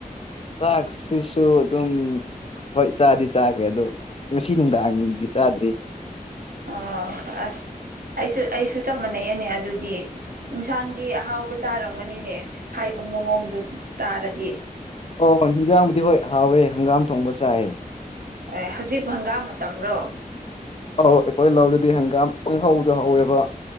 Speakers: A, on the left (about 45°); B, on the right (about 80°).
A: ꯆꯥꯛꯁꯤꯁꯨ ꯑꯗꯨꯝ ꯍꯣꯏ ꯆꯥꯗꯤ ꯆꯥꯈ꯭ꯔꯦ ꯑꯗꯨ ꯉꯁꯤ ꯅꯨꯡꯗꯥꯡꯒꯤ ꯆꯥꯗ꯭ꯔꯤ
B: ꯑ ꯑꯁ ꯑꯩꯁꯨ ꯑꯩꯁꯨ ꯆꯞ ꯃꯥꯟꯅꯩꯅꯦ ꯑꯗꯨꯗꯤ ꯏꯟꯁꯥꯡꯗꯤ ꯑꯍꯥꯎꯕ ꯆꯥꯔꯝꯒꯅꯤꯅꯦ ꯍꯥꯏꯕ ꯃꯑꯣꯡꯗꯨ ꯇꯥꯔꯗꯤ
A: ꯑꯣ ꯍꯤꯟꯖꯥꯡꯕꯨꯗꯤ ꯍꯣꯏ ꯍꯥꯎꯋꯦ ꯍꯪꯒꯥꯝ ꯊꯣꯡꯕ ꯆꯥꯏꯑ
B: ꯑꯦ ꯍꯧꯖꯤꯛ ꯪꯒꯥ ꯃꯇꯝꯔꯣ
A: ꯑꯧ ꯑꯩꯈꯣꯏ ꯂꯧꯗꯗꯤ ꯍꯪꯒꯥꯝ ꯄꯪꯍꯧꯗ ꯍꯧꯋꯦꯕ